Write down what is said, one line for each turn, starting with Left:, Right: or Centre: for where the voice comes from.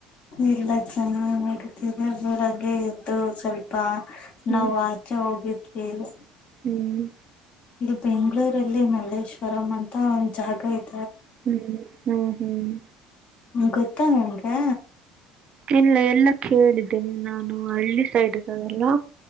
Left: ಇಲ್ಲ ಚೆನ್ನಾಗಿ ನಡತಿತೆ ಬೆಳಗೆ ಎದ್ದು ಸ್ವಲ್ಪ
Right: ಹ್ಮ್
Left: ನಾವು ಆಚೆ ಹೋಗಿ ಎನು
Right: ಹ್ಮ್
Left: ಇಲ್ಲಿ ಬೆಂಗಳೂರಲ್ಲಿ ಮಲ್ಲೇಶ್ವರಂ ಅಂತ ಒಂದ್ ಜಾಗ ಇದೇ
Right: ಹ್ಮ್ ಹ್ಮ ಹ್ಮ್
Left: ಗೊತ್ತ ನಿಮಗೆ
Right: ಇಲ್ಲ ಎಲ್ಲ ಕೇಳಿದ್ದೀನಿ ನಾನು ಹಳ್ಳಿ ಸೈಡ್ಗ್ ಇರೋಲ್ಲ